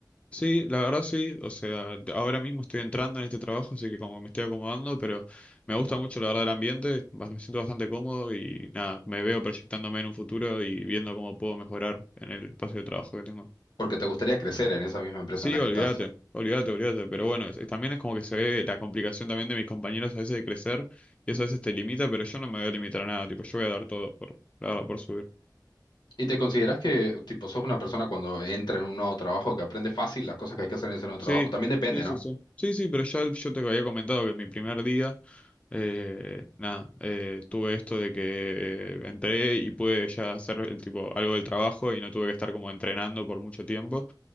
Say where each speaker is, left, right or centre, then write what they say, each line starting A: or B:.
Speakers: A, on the left (about 15°); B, on the left (about 75°).
A: Sí, la verdad sí, o sea, de- ahora mismo estoy entrando en este trabajo, así que como me estoy acomodando, pero me gusta mucho la verdad el ambiente, bast- me siento bastante cómodo y nada, me veo proyectándome en un futuro y viendo cómo puedo mejorar en el espacio de trabajo que tengo.
B: Porque te gustaría crecer en esa misma empresa
A: Sí,
B: en la
A: olvídate,
B: que estás.
A: olvídate, olvídate, pero bueno, es- también es como que se ve la complicación también de mis compañeros a veces de crecer y eso a veces te limita, pero yo no me voy a limitar a nada, tipo, yo voy a dar todo por, la verdad, por subir.
B: ¿Y te consideras que, tipo, sos una persona cuando entra en un nuevo trabajo que aprende fácil las cosas que hay que hacer en ese nuevo
A: Sí,
B: trabajo? También depende,
A: sí, sí,
B: ¿no?
A: sí. Sí, sí, pero ya yo te había comentado que mi primer día... eh, nada, eh, tuve esto de que entré y pude ya hacer el tipo algo del trabajo y no tuve que estar como entrenando por mucho tiempo